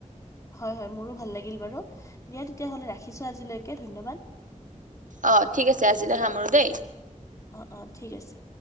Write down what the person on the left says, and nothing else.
হয় হয় মোৰো ভাল লাগিল। বাৰু দিয়া তেতিয়াহলে ৰাখিছো আজিলৈকে ধন্যবাদ।
অঁ অঁ ঠিক আছে।